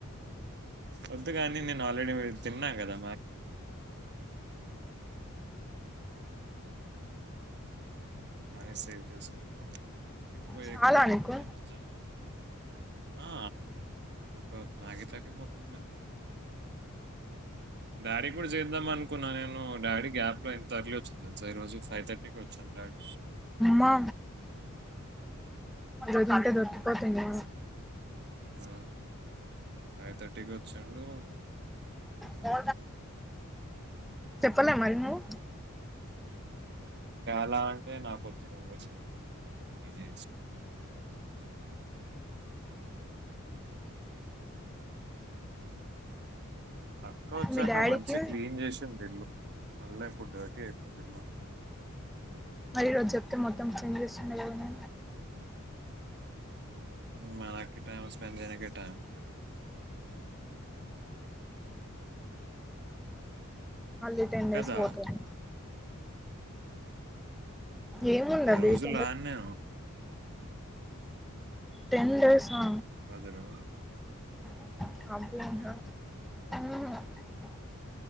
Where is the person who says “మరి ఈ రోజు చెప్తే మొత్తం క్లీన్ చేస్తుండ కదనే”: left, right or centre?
Centre